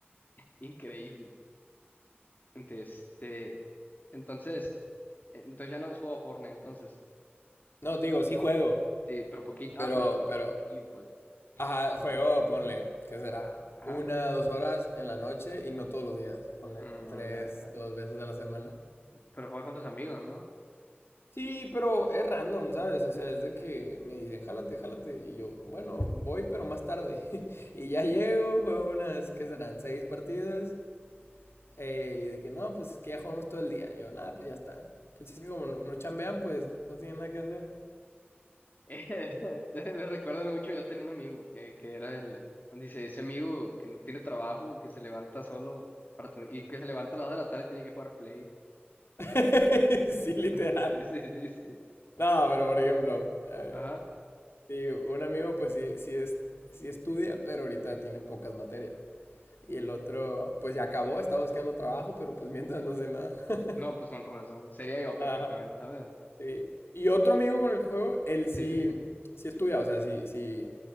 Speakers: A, on the left; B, on the left.
A: Increíble. De este. Entonces. eh, Entonces ya no has jugado Fortnite, entonces.
B: No, te digo, sí juego.
A: Sí, pero poquito.
B: Pero,
A: Ah, pero
B: pero,
A: poquillo, pues.
B: ajá, juego, ponle, ¿qué será?
A: Ajá.
B: Una, dos horas en la noche y no todos los días. Ponle
A: Mm,
B: tres,
A: ya, ya, ya.
B: dos veces a la semana.
A: Pero juega con tus amigos, ¿no?
B: Sí, pero es random, ¿sabes? O sea, es de que me dicen, jálate, jálate. Y yo, bueno, voy, pero más tarde. <laughs> Y ya llego, juego unas, ¿qué serán? Seis partidas. eh, y de que no, pues es que ya jugamos todo el día. yo, nada, pues ya está. Pues es que como no, no chambean, pues no tienen nada que hacer.
A: <laughs> Me recuerdan mucho, yo tenía un amigo que, que era el. Dice, ese amigo que no tiene trabajo, que se levanta solo para ten- y que se levanta a las 2 de la tarde y tiene que jugar Play.
B: <laughs> Sí, literal.
A: <laughs> Sí, sí, sí, sí.
B: No, pero por ejemplo, eh,
A: Ajá.
B: sí, un amigo, pues sí, sí, es, sí estudia, pero ahorita tiene pocas materias. Y el otro, pues ya acabó, está buscando trabajo, pero pues mientras no sé nada. <laughs>
A: No, pues con razón. Sería yo perfectamente,
B: Ajá.
A: ¿sabes?
B: Sí. Y otro amigo con el que juego, él sí,
A: Sí, sí, sí.
B: sí estudia, o sea, sí, sí,